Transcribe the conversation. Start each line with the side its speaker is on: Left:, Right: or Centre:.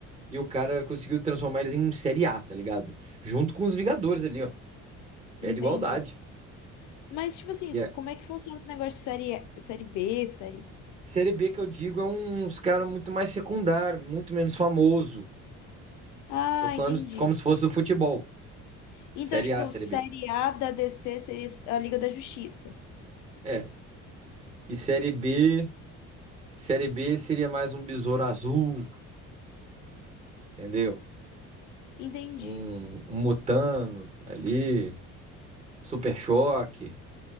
Right: e o cara conseguiu transformar eles em série A, tá ligado? Junto com os Vingadores ali, ó. Pé
Left: entendi.
Right: de igualdade.
Left: Mas, tipo assim,
Right: E a
Left: como é que funciona esse negócio de série, série B, série.
Right: série B que eu digo é uns cara muito mais secundário, muito menos famoso.
Left: Ah,
Right: Tô falando
Left: entendi.
Right: como se fosse do futebol.
Left: Então,
Right: Série
Left: tipo,
Right: A, série
Left: série
Right: B.
Left: A da DC seria a Liga da Justiça.
Right: É. E série B, série B seria mais um besouro azul, entendeu?
Left: Entendi.
Right: Um, um Mutano ali, Super Choque,